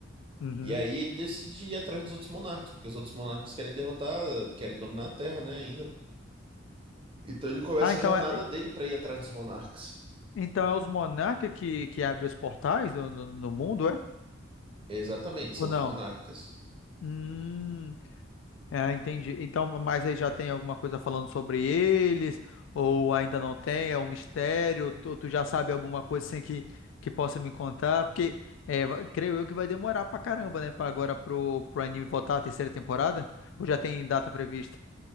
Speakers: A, on the left; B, on the right.
A: uhum.
B: E aí ele decide ir atrás dos outros monarcas, porque os outros monarcas querem derrotar, querem dominar a Terra, né, ainda. Então ele começa
A: Ah, então
B: a jornada
A: é,
B: dele pra ir atrás dos monarcas.
A: então é os monarcas que, que abrem os portais no, no no mundo, é?
B: Exatamente,
A: Ou
B: são
A: não?
B: os monarcas.
A: Hum, é, entendi. Então, mas aí já tem alguma coisa falando sobre eles? Ou ainda não tem? É um mistério? Tu, tu já sabe alguma coisa assim que, que possa me contar? Porque é, va- creio eu que vai demorar pra caramba, né? Pra agora pro, pro anime voltar à terceira temporada? Ou já tem data prevista?